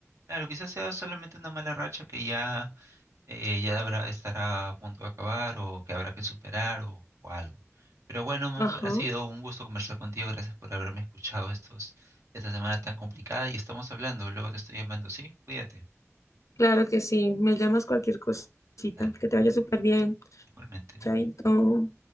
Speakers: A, on the right; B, on the left.
A: claro, quizás sea solamente una mala racha que ya eh, ya habrá, estará a punto de acabar o que habrá que superar o, o algo. Pero bueno, Maf,
B: Ajá,
A: ha sido un gusto conversar contigo. Gracias por haberme escuchado estos, esta semana tan complicada y estamos hablando. Luego te estoy llamando, ¿sí? Cuídate.
B: claro que sí. Me llamas cualquier cosita.
A: Dale,
B: Que te vaya súper bien.
A: igualmente.
B: Chaito.